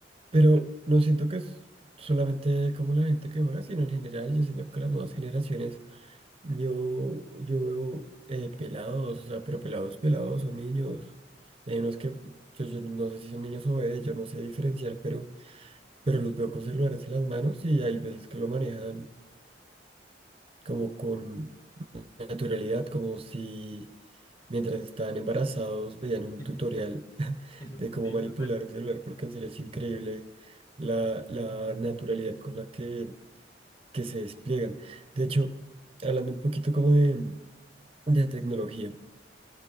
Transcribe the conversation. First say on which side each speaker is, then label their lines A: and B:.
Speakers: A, on the right; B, on the left.
A: pero no siento que es solamente como la gente que juega, sino en general, yo siento que las nuevas generaciones, yo, yo veo eh, pelados, o sea, pero pelados, pelados son niños. Hay unos que, yo, yo no sé si son niños o bebés, yo no sé diferenciar, pero... pero los veo con celulares en las manos y hay veces que lo manejan como con naturalidad, como si mientras estaban embarazados veían
B: <laughs>
A: un tutorial <laughs> de cómo
B: Sí,
A: manipular
B: total.
A: un celular, porque en serio es increíble la, la naturalidad con la que, que se despliegan. De hecho, hablando un poquito como de, de tecnología,